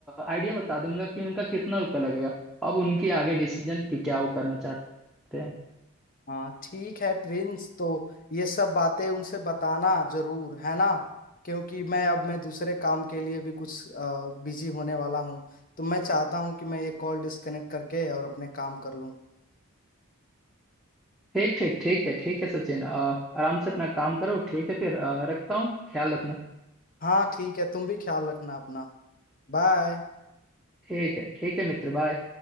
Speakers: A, in the centre; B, on the left.
A: आइडिया बता दूंगा कि उनका कितना रुपया लगेगा अब उनकी आगे डिसीजन कि क्या वो करना चाहते हैं
B: हाँ ठीक है प्रिंस तो ये सब बातें उनसे बताना जरूर है ना क्योंकि मैं अब मैं दूसरे काम के लिए भी कुछ बिजी होने वाला हूँ तो मैं चाहता हूँ कि मैं ये कॉल डिस्कनेक्ट करके और अपने काम कर लूँ
A: ठीक ठीक ठीक है ठीक है सचिन अ, आराम से अपना काम करो ठीक है फिर अ, रखता हूँ ख्याल रखना
B: हाँ ठीक है तुम भी ख्याल रखना अपना बाय
A: ठीक है ठीक है मित्र बाय